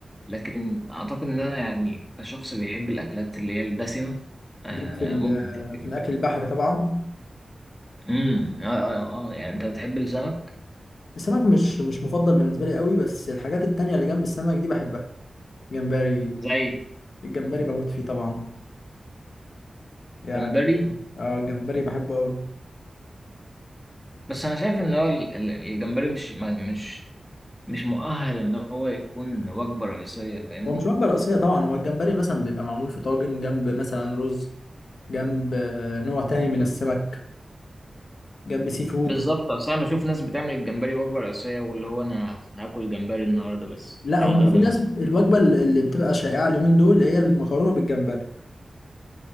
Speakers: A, in the centre; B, on the left (about 75°).
A: لكن اعتقد ان انا يعني كشخص بيحب الاكلات اللي هي الدسمه آه
B: ليك في ال-
A: ممكن
B: آه،
A: تعجبني
B: في الاكل البحري طبعا
A: امم اه اه اه آه. يعني انت بتحب السمك
B: السمك مش مش مفضل بالنسبه لي قوي بس الحاجات التانية اللي جنب السمك دي بحبها جمبري
A: زي
B: الجمبري بموت فيه طبعا يعني
A: جمبري
B: اه الجمبري بحبه قوي
A: بس انا شايف ان هو ال- ال- الجمبري مش ما- مش مش مؤهل ان هو يكون وجبه رئيسيه فاهمني
B: هو مش وجبه رئيسيه طبعا هو الجمبري مثلا بيبقى معمول في طاجن جنب مثلا رز جنب آه، نوع تاني من السمك جنب سي فود
A: بالظبط اصل انا بشوف ناس بتعمل الجمبري وجبه رئيسيه واللي هو انا هاكل جمبري النهارده بس
B: لا
A: على
B: هم
A: الغدا
B: في ناس
A: مثلا
B: الوجبه اللي بتبقى شائعه اليومين دول اللي هي المكرونه بالجمبري